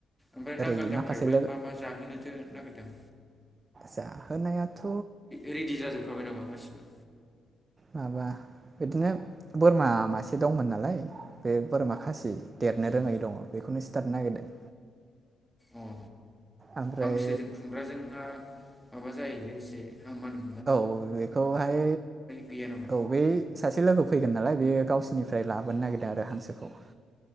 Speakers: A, in the centre; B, on the right.
A: ओमफ्राय
B: ओरै
A: नांगोल जांख्रायावलाय
B: माखासे लोगो
A: मा मा जाहोनोथो नागिरदों।
B: जाहोनायाथ'
A: रेडि जाजोबखाबाय नामा गासिबो
B: माबा बिदिनो बोरमा मासे दंमोन नालाय बे बोरमा खासि देरनो
A: उम
B: रोङै दङ बेखौनो सिथारनो नागिरदों।
A: अ
B: ओमफ्राय
A: हांसोजों खुमब्राजोंआ माबा जायोलै एसे हामानो
B: औ बेखौहाय
A: गैया नामा
B: औ बे सासे लोगो फैगोन नालाय बे गावसोरनिफ्राय लाबोनो नागिरदों आरो हांसोखौ